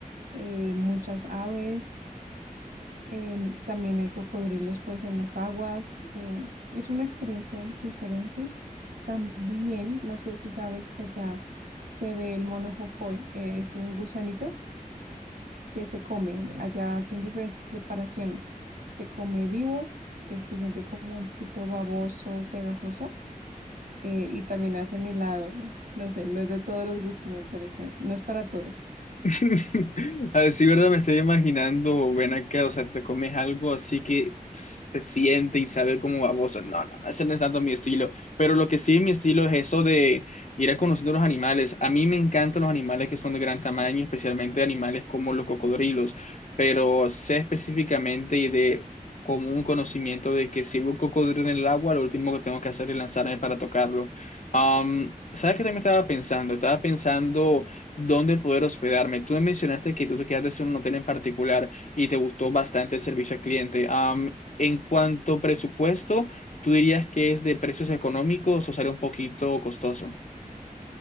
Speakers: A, on the right; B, on the left.
A: eh, muchas aves. Em, también hay cocodrilos pues en las aguas. em, es una experiencia diferente. También, no sé si sabes que allá se ve el mono jojoy, eh, es un gusanito que se come. Allá hacen diferentes preparaciones. Se come vivo, eh, se siente como un poquito baboso, pegajoso, eh, y también hacen helado. No sé, no es de todos los gustos, me pareció. No es para todos.
B: <laughs> A decir verdad, me estoy imaginando, ven acá, o sea, te comes algo así que se siente y sabe como baboso. No, no, no, ese no es tanto mi estilo. Pero lo que sí es mi estilo es eso de ir a conociendo los animales. A mí me encantan los animales que son de gran tamaño, especialmente animales como los cocodrilos. Pero sé específicamente y de como un conocimiento de que si veo un cocodrilo en el agua, lo último que tengo que hacer es lanzarme para tocarlo. Am, ¿sabes qué también estaba pensando? Estaba pensando dónde poder hospedarme. Tú me mencionaste que tú te quedaste en un hotel en particular y te gustó bastante el servicio al cliente. Am, en cuanto a presupuesto, ¿tú dirías que es de precios económicos o sale un poquito costoso?